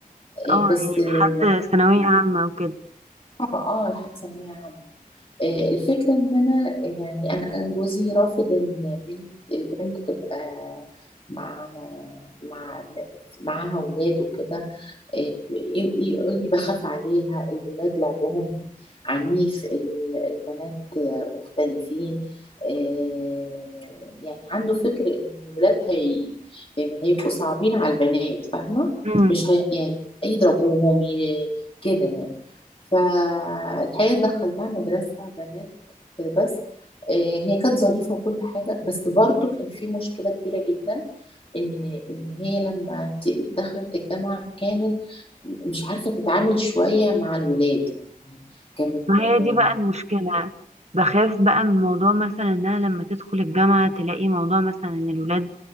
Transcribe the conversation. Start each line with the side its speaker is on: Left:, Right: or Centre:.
Left: آه،
Right: اه
Left: بس
Right: يعني لحد
Left: آه، يعني
Right: ثانوية عامة وكده
Left: اه آه، لحد ثانوية عامة آه، الفكرة إن أنا يعني أنا كان جوزي رافض إن بنت البنت تبقى مع مع معاها أولاد وكده ي- يقول لي بخاف عليها الولاد لعبهم عنيف ال- البنات مختلفين آه، يعني عنده فكر ان الولاد هي يعني هيبقوا صعبين على البنات فاهمة
Right: امم
Left: مش هي يعني يضربوهم ي- كده يعني فالحقيقة دخلتها مدرسة بنات بس آه، هي كانت ظريفة وكل حاجة بس برضو كان في مشكلة كبيرة جدا ان ان هي لما ت- دخلت الجامعه كانت مش عارفة تتعامل شوية مع الولاد يعني كانت
Right: ما هي
Left: يعني
Right: دي بقى المشكلة بخاف بقى من موضوع مثلا انها لما تدخل الجامعة تلاقي موضوع مثلا ان الولاد